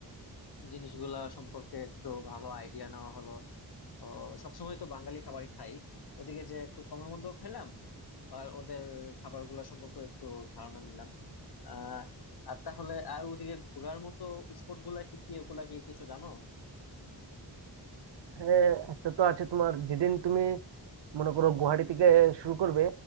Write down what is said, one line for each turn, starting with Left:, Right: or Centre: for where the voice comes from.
Left: জিনিসগুলা সম্পর্কে একটু ভালো আইডিয়া নেওয়া হলো ও, সবসময় তো বাঙালি খাবারই খাই ওদিকে যে একটু কমের মধ্যেও খাইলাম আর ওদের খাবারগুলো সম্পর্কে একটু ধারণা নিলাম আহ আর তাহলে আর ওদিকে ঘোরার মতো স্পট গুলা কি কি ওগুলা কি কিছু জানো
Right: হ্যাঁ একটা তো আছে তোমার যেদিন তুমি মনে করো গুয়াহাটি থেকে শুরু করবে